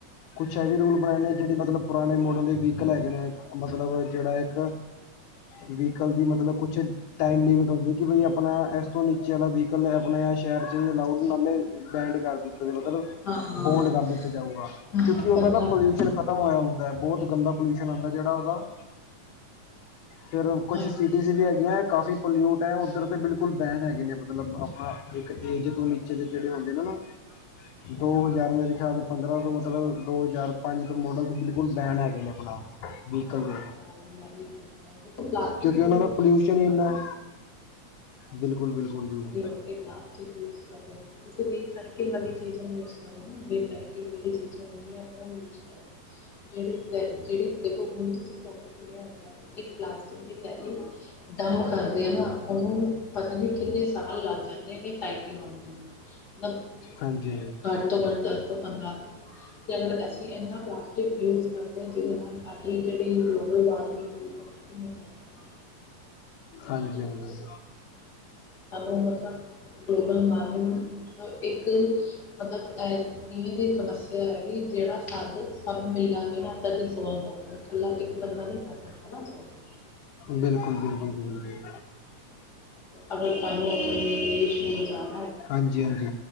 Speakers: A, on the left; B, on the left.
A: ਕੁਛ ਇਹਵੇ ਰੂਲ ਬਣਾਏ ਨੇ ਜਿਹੜੇ ਮਤਲਬ ਪੁਰਾਣੇ ਮੋਡਲ ਦੇ ਵਹੀਕਲ ਹੈਗੇ ਨੇ ਮਤਲਬ ਜਿਹੜਾ ਇੱਕ ਵੀਹੀਕਲ ਦੀ ਮਤਲਬ ਕੁਛ ਟਾਈਮ ਲਿਮਿਟ ਹੁੰਦੀ ਕਿ ਬਈ ਆਪਣਾ ਇਸ ਤੋਂ ਨੀਚੇ ਵਾਲਾ ਵਹੀਕਲ ਹੈ ਆਪਣੇ ਸ਼ਹਿਰ 'ਚ ਲਓ ਨਾਲੇ ਬੈਂਨ ਕਰ ਦਿੱ ਮਤਲਬ
B: ਹਾਂ ਹਾਂ
A: ਬੋਂਡ ਕਰ ਦਿੱਤਾ ਜਾਊਗਾ
B: ਹਾਂ
A: ਕਿਉਂਕਿ ਉਹਦਾ ਨਾ ਪੋਲਿਊਸ਼ਨ
B: ਸਾਲ
A: ਖਤਮ ਹੋਇਆ ਹੁੰਦਾ ਹੈ ਬਹੁਤ ਗੰਦਾ ਪਲੂਸ਼ਸ਼ਨ ਆਉਂਦਾ ਜਿਹੜਾ ਉਹਦਾ ਫੇਰ ਕੁਛ
B: ਹਾਂਜੀ
A: ਸੀਟੀਜ਼ ਵੀ ਹੈਗੀਆਂ ਕਾਫੀ ਪੋਲਿਊਟ ਹੈ ਬਿਲਕੁਲ ਬੈਣ ਹੈਗੇ ਨੇ ਮਤਲਬ ਆਪਣਾ ਇੱਕ ਏਜ ਤੋਂ ਨੀਚੇ ਦੇ ਜਿਹੜੇ ਹੁੰਦੇ ਨੇ ਨਾ ਦੋ ਹਜ਼ਾਰ ਮੇਰੇ ਖਿਆਲ ਪੰਦਰਾਂ ਤੋਂ ਮਤਲਬ ਦੋ ਹਜ਼ਾਰ ਪੰਜ ਤੋਂ ਮਾਡਲ ਤੋਂ ਬਿਲਕੁਲ ਬੈਨ ਹੈਗੇ ਨੇ ਆਪਣਾ ਵਹੀਕਲ
B: ਹਾਂ
A: ਦੇ
B: ਮੈਂ ਵੀ ਪਲਾਸਟਿਕ
A: ਕਿਉਂਕਿ ਉਹਨਾਂ
B: ਯੂਜ
A: ਦਾ ਪੋਲਿਊਸ਼ਨ
B: ਘੱਟ ਕਰੋ
A: ਹੀ
B: ਨਾ
A: ਇੰਨਾ
B: ਤੁਸੀ
A: ਬਿਲਕੁਲ ਬਿਲਕੁਲ ਜੀ
B: ਲੋਕ ਪਲਾਸਟ ਯੂਜ ਕਰਦੇ ਤੁਸੀ ਰੀਸਾਈਕਲ ਵਾਲੀ ਚੀਜ਼ ਯੂਜ ਕਰੋ ਨਾ ਰਿਸਾਇਕਲ ਚੀਜਾ ਹੁੰ ਉਹ ਯੇਜ ਕਰੋ ਜਿਹੜੇ ਜਿਹੜੀ ਦੇਖੋ ਹੁਣ ਤੁਸੀਂ ਸਾਨੂੰ ਸੁਣਿਆ ਹੋਏਗਾ ਕਿ ਇੱਕ ਪਲਾਸਟਿਕ ਦੀ ਥੈਲੀ ਦਮ ਕਰ ਨਾ ਉਹਨੂੰ ਪਤਾ ਨੀ ਕਿੰਨੇ ਸਾਲ ਲੱਗ ਜਾਂਦੇਗੇ ਸਾਈਕਲ ਘੱਟ
A: ਹਾਂਜੀ
B: ਤੋਂ ਘੱਟ ਦਸ ਤੋਂ ਪੰਦਰਾਂ ਅਗਰ ਅਸੀਂ ਇਨਾ ਪਲਾਸਟਿਕ ਯੂਜ ਕਰਦੇ ਹਾਂ ਜਿਹਦੇ ਨਾਲ ਸਾਡੀ ਜਿਹੜੀ ਗਲੋਬਲ ਵਾਰਮਿੰਗ ਦੇ ਇੈਫੈਕਟ ਕਿੰਨੇ ਪੈ
A: ਹਾਂਜੀ-ਹਾਂਜੀ।
B: ਸਾਨੂੰ ਮਤਲਬ ਗਲੋਬਲ ਵਾਰਮਿੰਗ ਤੋਂ ਇੱਕ ਮਤਲਬ ਦੀ ਸਮੱਸਿਆ ਹੈ ਕਿ ਜਿਹੜਾ ਸਾਦ ਸਭ ਮਿਲਾਂਗੇ ਨਾ ਸੋਲਵ ਹੋਗੇ ਇਕੱਲਾ ਇੱਕ ਬੰਦਾ ਨੀ ਕਰ ਸਕਦਾ ਨਾ ਸੋਲਵ
A: ਬਿਲਕੁਲ-ਬਿਲਕੁਲ ਜ਼ੀ ਜੀ਼
B: ਅਗਰ ਸਾਨੂੰ ਆਪਣੇ ਦੇਸ਼ ਨੂੰ ਬਚਾਣਾ
A: ਹਾਂਜੀ -ਹਾਂਜੀ